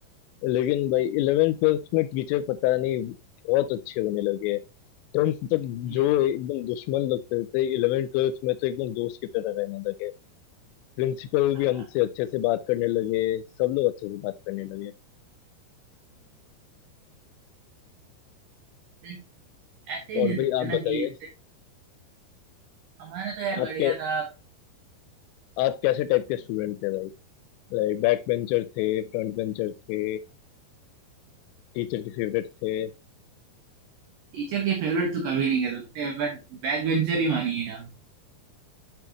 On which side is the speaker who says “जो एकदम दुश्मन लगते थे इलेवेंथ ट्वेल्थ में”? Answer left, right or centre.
Left